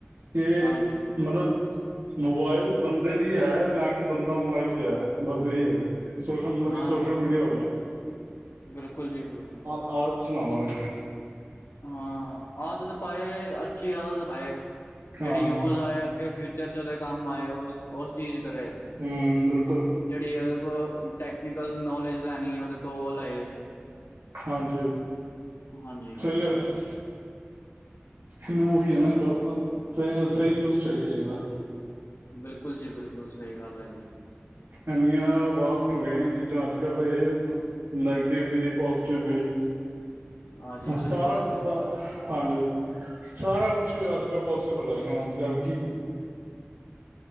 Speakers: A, on the right; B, on the left.
A: ਕਿ
B: ਹਾਂਜੀ
A: ਮਤਲਬ ਮੋਬਾਈਲ ਬੰਦੇ ਲਈ ਹੈ ਨਾ ਕਿ ਬੰਦਾ ਮੋਬਾਈਲ ਚ ਹੈ ਬਸ ਇਹੀ ਹੈ ਸੋਸ਼ਲ ਮਤਲਬ
B: ਹਾਂ
A: ਸੋਸ਼ਲ ਮੀਡੀਆ ਹੋਵੇ
B: ਬਿਲਕੁਲ ਜੀ ਬਿਲਕੁਲ।
A: ਆਹ ਸੁਣਾਵੋ ਹੋਰ
B: ਹਾਂ ਆਦਤ ਪਾਏ ਅੱਛੀ ਆਦਤ ਪਾਏ। ਜਿਹੜੀ
A: ਹਾਂ
B: ਯੂਜ ਆਏਆ ਅੱਗੇ ਫਿਊਚਰ ਚਜ ਦੇ ਕੰਮ ਆਏ ਉਸ ਉਸ ਚੀਜ਼ ਕਰੇ
A: ਹਮ ਬਿਲਕੁਲ
B: ਜਿਹੜੀ ਉਹਦੇ ਕੋਲ ਟੈਕਨੀਕਲ ਨੋਲੇਜ ਲੈਣੀ ਹੈ ਉਹਦੇ ਤੋਂ ਉਹ ਲਏ
A: ਹਾਂਜੀ
B: ਹਾਂਜੀ
A: ਸਹੀ ਗੱਲ ਹੈ। ਨਾ ਉਹ ਹੀ ਹੈ
B: ਹਾਂ
A: ਨਾ ਬਸ ਸਹੀ ਸਹੀ ਰੂਜ ਚਾਹੀਦਾ ਏਹਦਾ
B: ਬਿਲਕੁਲ ਜੀ ਬਿਲਕੁਲ ਸਹੀ ਗੱਲ ਹੈ ਜੀ।
A: ਇੰਨੀਆਂ ਵਾਸਟ ਹੋ ਗਈਆਂ ਨੇ ਚੀਜ਼ਾਂ ਅੱਜ ਕੱਲ੍ਹ ਇਹ ਨੈਗੇਟਿਵ ਵੀ ਪੋਜ਼ੀਟਿਵ ਵੀ
B: ਹਾਂਜੀ
A: ਸਾਰਾ
B: ਬਿਲਕੁਲ
A: ਕੁ
B: ਸਹੀ
A: ਹਾਂਜੀ ਸਾਰਾ ਕੁਛ ਅੱਜ ਕੱਲ੍ਹ ਬਹੁਤ ਮਤਲਬ ਕੀ